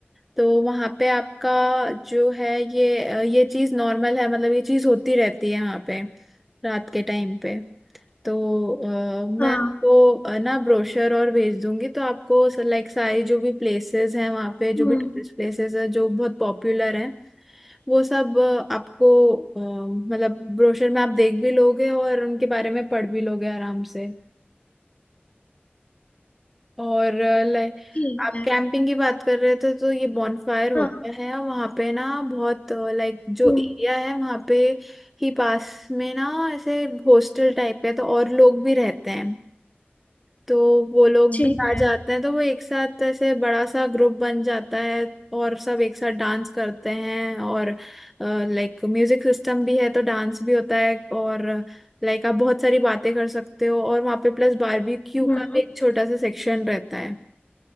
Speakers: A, in the centre; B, on the left.
A: तो वहाँ पे आपका जो है ये ये चीज़ नॉर्मल है मतलब ये चीज़ होती रहती है वहाँ पे रात के टाइम पे तो अ, मैं
B: हाँ
A: आपको अ, ना ब्रोशर और भेज दूंगी तो आपको लाइक सारी जो भी प्लेसेस हैं वहाँ पे जो
B: हम्म
A: भी टूरिस्ट प्लेसेस हैं जो बहुत पॉपुलर हैं वो सब अ, आपको अ, मतलब ब्रोशर में आप देख भी लोगे और उनके बारे में पढ़ भी लोगे आराम से और अ, लाइक
B: ठीक
A: आप
B: है
A: कैंपिंग की बात कर रहे थे तो ये बॉनफायर होता
B: हाँ
A: है वहाँ पे ना बहुत लाइक जो
B: हम्म
A: एरिया है वहाँ पे ही पास में ना ऐसे हॉस्टल टाइप है तो और लोग भी रहते हैं तो वो लोग
B: ठीक
A: भी आ जाते
B: है
A: हैं तो वो एक साथ ऐसे बड़ा सा ग्रुप बन जाता है और सब एक साथ डांस करते हैं और लाइक म्यूजिक सिस्टम भी है तो डांस भी होता है और लाइक आप बहुत सारी बातें कर सकते हो और वहाँ पे प्लस बारबेक्यू
B: हम्म
A: का भी एक छोटा सा सेक्शन रहता है